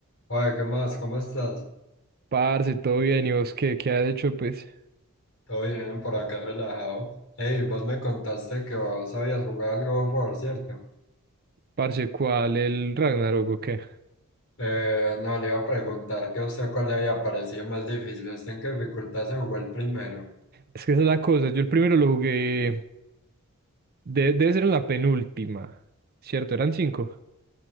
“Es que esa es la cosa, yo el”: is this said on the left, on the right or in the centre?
Right